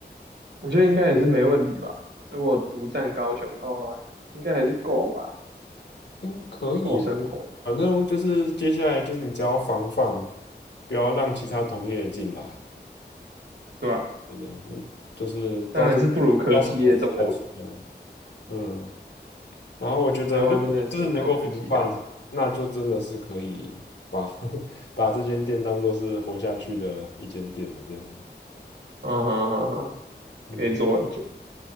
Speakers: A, on the right (about 75°); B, on the left (about 80°).
A: 我觉得应该也是没问题吧。如果独占高雄的话，应该还是够吧，
B: 嗯，可以啦，
A: 够生活，
B: 反正就是接下来就是你只要防范，不要让其他同业进来，
A: 对吧？
B: 对的，嗯就是到时
A: 当然是不如科技业这么稳。
B: 到时候再说。嗯。然后我觉得，
A: 台湾真的是高科技业城，
B: 如果真的能够防范，那就真的是可以把 <laughs> 把这间店当做是活下去的一间店的这样子。
A: 嗯哼哼哼
B: 嗯，
A: 可以做很久，